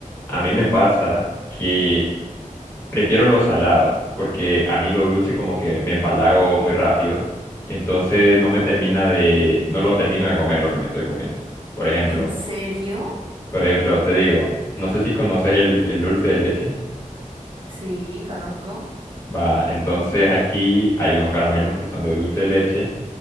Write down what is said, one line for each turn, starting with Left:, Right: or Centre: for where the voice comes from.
Left: A mí me pasa que prefiero lo salado, porque a mí lo dulce como que me empalago muy rápido, entonces no me termina de, no lo termino de comer lo que me estoy comiendo. Por ejemplo,
Right: ¿En serio?
Left: por ejemplo, te digo, no sé si conoces el, el dulce de leche,
Right: Sí, conozco.
Left: va, entonces aquí hay unos caramelos que son de dulce de leche